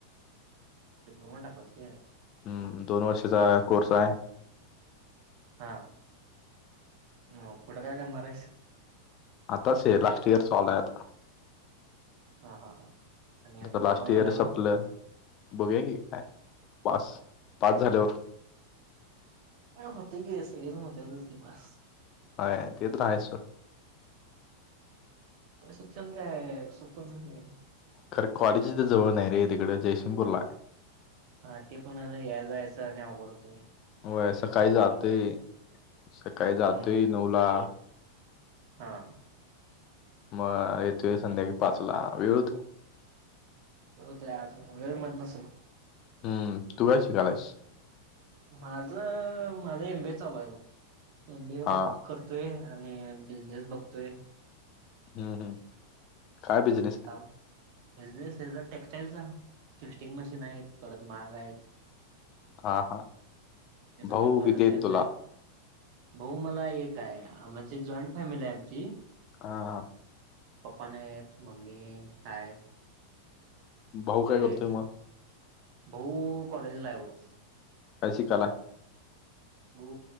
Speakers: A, on the right; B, on the left.
A: डीप्लोमाला टाकलस होय.
B: हम्म दोन वर्षाचा कोर्स हाय.
A: हा मग पुढ काय करणार हायस?
B: आताच हे लास्ट इयर चालू हाय आता.
A: हा हा हा.. आणि डिप्लोमा
B: लास्ट इयर
A: झाल्यावर
B: संपलं, बघुया की काय पास, पास झाल्यावर.
A: नाय होतय की सगळेजण होतातच की पास.
B: होय ते तर आहेच सोड.
A: ह शिक्षण काय सोपच झालय.
B: खरं कॉलेज इथं जवळ नाही रे तिकडे जयसिंगपूरला हाय.
A: हा ते पण या जा यायचं आणि आवघड होतय.
B: व्हय, सकाळी जातोय, सकाळी जातोय
A: हम्म
B: नवला
A: हा..
B: मग येतोय संध्याकाळी पाच ला, वेळ होतोय.
A: <unintelligible>
B: हम्म.. तू काय शिकालायस?
A: माझ माझ एमबीए चालू आहे बघ एमबीए
B: हा
A: बघ करतोय आणि बिझनेस बघतोय
B: हम्म हम् काय बिजनेस
A: चाला बिझनेस हेचा टेक्स्टाइलचा टिस्टिंग मशीन आहेत परत माहाग आहेत
B: हा हा
A: हे
B: भाऊ
A: सगळं करत
B: किती आहेत
A: एम
B: तुला
A: बी ए भाऊ मला एक आहे म्हणजे जॉईंट फॅमिली आहे आमची
B: आ..
A: पप्पा नाही आहेत मम्मी हाय..
B: भाऊ
A: ब
B: काय करतोय
A: एक
B: मग
A: ब कॉलेज लाईफ <inaudible>
B: कस कला आहे <inaudible>
A: गो